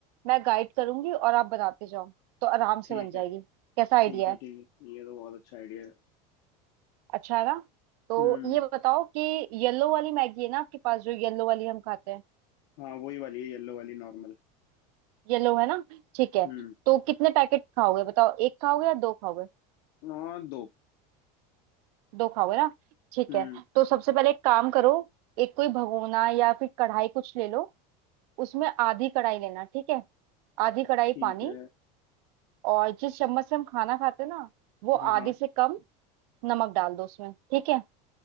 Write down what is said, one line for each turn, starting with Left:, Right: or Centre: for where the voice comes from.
Right: मैं गाइड करूंगी और आप बनाते जाओ तो आराम
Left: ठीक
Right: से बन जाएगी
Left: है
Right: कैसा आइडिया
Left: ठीक है
Right: है
Left: ठीक है ये तो बहुत अच्छा आइडिया है
Right: अच्छा है ना तो
Left: हम्म
Right: ये बताओ कि येलो वाली मैगी है ना आपके पास जो येलो वाली हम खाते हैं
Left: हाँ वही वाली है येलो वाली नॉर्मल
Right: येलो है ना ठीक है
Left: हम्म
Right: तो कितने पैकेट खाओगे बताओ एक खाओगे या दो खाओगे
Left: हाँ दो
Right: दो खाओगे ना ठीक
Left: हम्म
Right: है तो सबसे पहले एक काम करो एक कोई भगोना या फिर कढ़ाई कुछ ले लो उसमें आधी कढ़ाई लेना ठीक है आधी कढ़ाई
Left: ठीक
Right: पानी
Left: है
Right: और जिस चम्मच से हम खाना खाते हैं ना वो
Left: हाँ हाँ
Right: आधी से कम नमक डाल दो उसमें ठीक है